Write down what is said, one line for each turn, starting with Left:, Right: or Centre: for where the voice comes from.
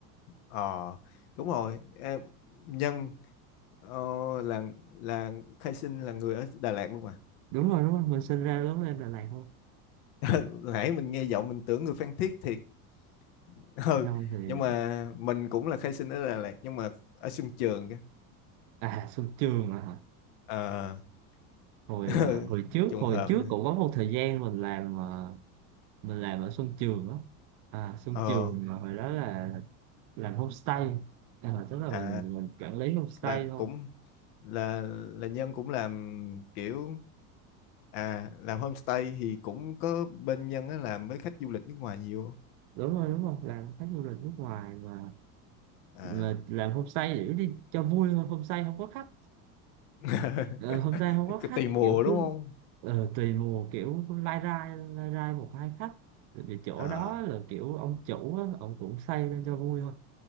Left: ờ, đúng rồi em, Nhân Ồ, là là Khai Sinh là người ở Đà Lạt luôn à?
Right: đúng rồi đúng rồi mình sinh ra lớn lên Đà Lạt thôi
Left: <laughs> Nãy mình nghe giọng mình tưởng người Phan Thiết thiệt. <laughs> Ừ,
Right: không thì
Left: nhưng mà mình cũng là Khai Sinh ở Đà Lạt nhưng mà ở Xuân Trường kìa.
Right: à Xuân Trường à hả?
Left: Ờ,
Right: hồi
Left: <laughs>
Right: ờ, hồi trước
Left: trùng
Right: hồi
Left: hợp.
Right: trước cũng có một thời gian mình làm ờ, mình làm ở Xuân Trường đó à Xuân
Left: Ờ,
Right: Trường mà hồi đó là làm homestay à, tức là
Left: à
Right: mình mình quản lý homestay
Left: là
Right: thôi
Left: cũng là là Nhân cũng làm kiểu à làm homestay thì cũng có bên Nhân á làm với khách du lịch nước ngoài nhiều. không?
Right: đúng rồi đúng rồi làm khách du lịch nước ngoài mà
Left: À.
Right: mà làm homestay để đi cho vui thôi homestay không có khách
Left: <laughs>
Right: ờ, homestay không có
Left: Cứ
Right: khách
Left: Tùy mùa
Right: kiểu
Left: đúng
Right: cứ
Left: không?
Right: ờ, tùy mùa kiểu lai rai lai rai một hai khách tại vì chỗ
Left: Ờ.
Right: đó là kiểu ông chủ á, ông cũng xây lên cho vui thôi